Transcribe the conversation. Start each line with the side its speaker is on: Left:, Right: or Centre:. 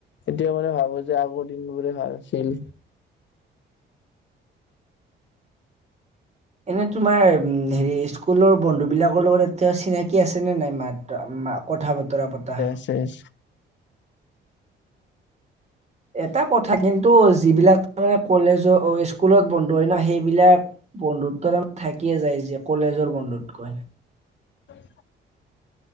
Left: এতিয়া মানে ভাবো যে আগৰ দিনবোৰে ভাল আছিল
Right: এনে তোমাৰ হেৰি স্কুলৰ বন্ধুবিলাকৰ লগত এতিয়াও চিনাকি আছেনে নাই মাত কথা বতৰা পতা
Left: শেষ
Right: এটা কথা কিন্তু যিবিলাক মানে কলেজৰ -স্কুলত বন্ধু হয় না সেইবিলাক বন্ধুত্ব তাৰে থাকিয়ে যায় যে কলেজৰ বন্ধুতকৈ
Left: হয়